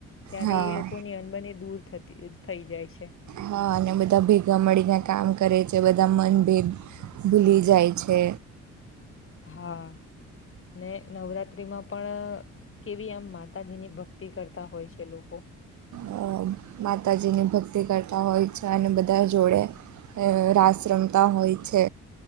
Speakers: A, on the left; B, on the right.
A: ત્યારે
B: હા
A: એ લોકોની અનબને એ દૂર થતી થઈ જાય છે
B: હા અને બધા ભેગા મળીને કામ કરે છે બધા મન ભેગ ભૂલી જાય છે
A: હા અને નવરાત્ર્રીમાં પણ કેવી આમ માતાજીની ભક્તિ કરતા હોય છે લોકો
B: અ, માતાજીની ભક્તિ કરતા હોય છે અને બધા જોડે રાસ ર્રમતા હોય છે